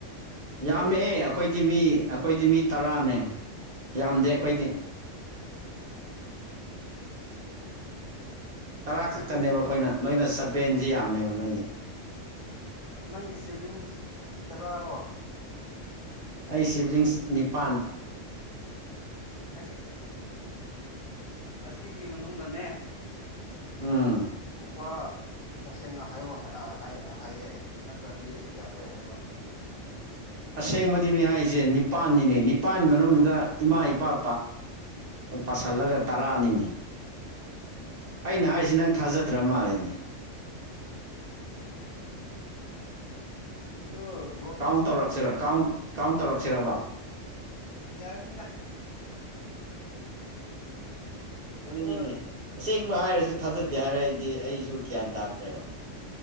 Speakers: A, on the right (about 40°); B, on the left (about 35°).
A: ꯌꯥꯝꯃꯦꯍꯦ
B: ꯅꯣꯏꯗꯤ
A: ꯑꯩꯈꯣꯏꯗꯤ ꯃꯤ ꯑꯩꯈꯣꯏꯗꯤ ꯃꯤ ꯇꯔꯥꯅꯦ ꯌꯥꯝꯗꯦ ꯑꯩꯈꯣꯏꯗꯤ ꯇꯔꯥ ꯈꯛꯇꯅꯦꯕ
B: ꯅꯪꯒꯤ
A: ꯑꯩꯈꯣꯏꯅ ꯅꯣꯏꯅ ꯁꯕꯦꯟꯁꯤ ꯌꯥꯝꯃꯦꯕ ꯅꯣꯏꯅꯦ
B: ꯅꯪꯒꯤ ꯁꯤꯕ꯭ꯂꯤꯡꯁ ꯇꯔꯥꯔꯣ
A: ꯑꯩ ꯁꯤꯕ꯭ꯂꯤꯡꯁ ꯅꯤꯄꯥꯟ
B: ꯑꯁꯤ ꯑꯁꯤꯒꯤ ꯃꯅꯨꯡꯗꯅꯦ
A: ꯎꯝ
B: ꯋꯥ ꯇꯁꯦꯡꯅ ꯍꯥꯏꯌꯨ ꯍꯥꯏꯌꯦ ꯅꯠꯇ꯭ꯔꯗꯤ ꯌꯥꯔꯣꯏ ꯍꯥꯏꯕ
A: ꯑꯁꯦꯡꯕꯅꯤꯅꯦ ꯍꯥꯏꯁꯦ ꯅꯤꯄꯜꯅꯤꯅꯦ ꯅꯤꯄꯥꯜ ꯃꯅꯨꯡꯗꯨꯗ ꯏꯃꯥ ꯏꯄꯥ ꯄꯁꯜꯂꯒ ꯇꯔꯥ ꯅꯤꯅꯦ
B: <unintelligible>
A: ꯑꯩꯅ ꯍꯥꯏꯁꯦ ꯅꯪ ꯊꯥꯖꯗ꯭ꯔ ꯃꯥꯜꯂꯤꯅꯦ
B: ꯑꯗꯣ
A: ꯀꯥꯎꯟ ꯇꯧꯔꯛꯁꯤꯔ ꯀꯥꯎꯟ ꯀꯥꯎꯟ ꯇꯧꯔꯛꯁꯤꯔꯕ
B: ꯌꯥꯔꯅꯤꯗ
A: ꯑꯗꯨꯅꯤꯅꯦ
B: ꯑꯗꯣ
A: ꯑꯁꯦꯡꯕ ꯍꯥꯏꯔꯁꯨ ꯊꯥꯖꯗꯦ ꯍꯥꯏꯔꯛꯏꯗꯤ ꯑꯩꯁꯨ ꯒ꯭ꯌꯥꯟ ꯇꯥꯗ꯭ꯔꯦꯕ